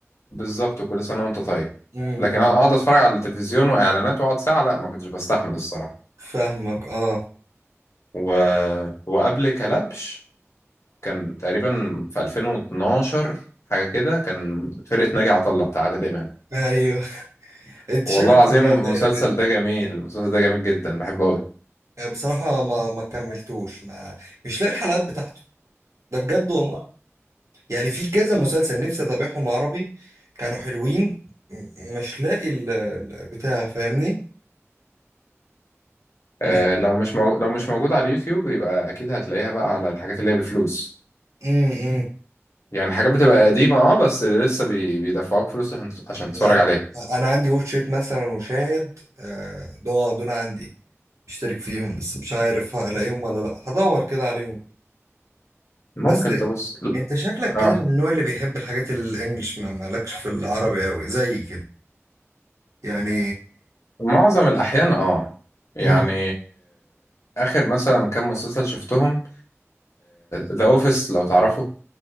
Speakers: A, on the left (about 70°); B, on the right (about 80°).
A: وبالظبط وكل سنة وانت طيب
B: امم
A: لكن أنا اقعد اتفرج على التلفزيون واعلانات واقعد ساعة لا ما كنتش بستحمل الصراحة
B: فاهمك اه
A: و... وقبل كلبش كان تقريبا في 2012 حاجة كده كان فرقة ناجي عطا الله بتاع عادل إمام
B: ايوه <laughs> انت
A: والله
B: شكلك
A: العظيم
B: كده
A: المسلسل
B: بت-
A: ده جميل المسلسل ده جميل جدا بحبه أوي
B: بصراحه ما ما كملتوش ما مش لاقي الحلقات بتاعته ده بجد والله يعني في كذا مسلسل نفسي اتابعهم عربي كانوا حلوين م- مش لاقي ال- ال- بتاع فاهمني مش
A: آه، لو مش مو... لو مش موجود على اليوتيوب يبقى أكيد هتلاقيها بقى على الحاجات اللي هي بفلوس
B: امم
A: يعني حاجات بتبقى قديمة اه بس لسه بي... بيدفعوك فلوس عشان عشان تتفرج
B: يعني
A: عليها
B: انا عندي ورك شيت مثلا وشاهد آه، دول دول عندي مشترك فيهم بس مش عارف هلاقيهم ولا لا هدور كده عليهم
A: ممكن
B: بس
A: تبص
B: انت شكلك كده
A: اه
B: من النوع اللي بيحب الحاجات الانجليش ما مالكش في العربي قوي زي كده يعني
A: معظم الأحيان اه يعني
B: امم
A: آخر مثلا كام مسلسل شفتهم ذا أوفيس لو تعرفه